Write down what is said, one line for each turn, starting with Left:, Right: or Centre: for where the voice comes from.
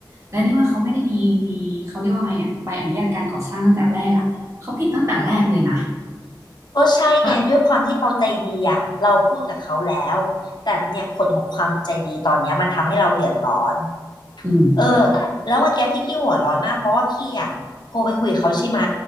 Right: และเนื่องว่าเขาไม่ได้มีมีเขาเรียกว่าไงอ่ะใบอนุญาตการก่อสร้างตั้งแต่แรกอ่ะเขาผิดตั้งแต่แรกเลยนะ
Left: ก็ใช่ไงด้วยความที่เราใจดีอ่ะเราพูดกับเขาแล้วแต่เนี่ยผลของความใจดีตอนเนี้ยมันทำให้เราเดือดร้อน
Right: แล้ว อืม
Left: เออแล้วเมั่อกที่พี่หัวร้อนมากเพราะว่าพี่อ่ะโทรไปคุยกับเขาใช่ไหม